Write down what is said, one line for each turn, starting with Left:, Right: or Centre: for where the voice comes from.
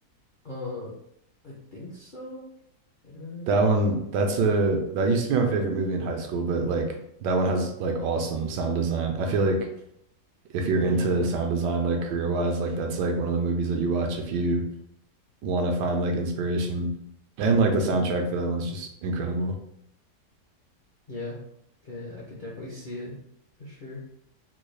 Left: Uh I think so. Blade Runner.
Right: That one that's a that used to be my favorite movie in high school, but like that one has like awesome sound design. I feel like if you're
Left: Mm,
Right: into sound design like career wise like that's like one of the movies that you watch if you want to find like inspiration. And like the soundtrack for that one's just incredible.
Left: yeah. I could I could definitely see it for sure.